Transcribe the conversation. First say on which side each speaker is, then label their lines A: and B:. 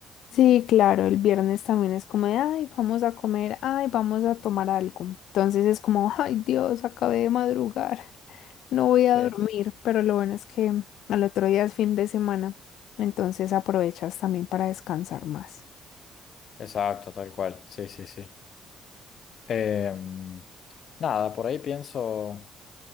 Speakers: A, on the left; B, on the left.
A: Sí, claro, el viernes también es como de, ay, vamos a comer, ay, vamos a tomar algo. Entonces es como, ay, Dios, acabé de madrugar, no voy
B: Sí,
A: a dormir, pero lo bueno es que al otro día es fin de semana, entonces aprovechas también para descansar más.
B: exacto, tal cual. Sí, sí, sí. Em, nada, por ahí pienso.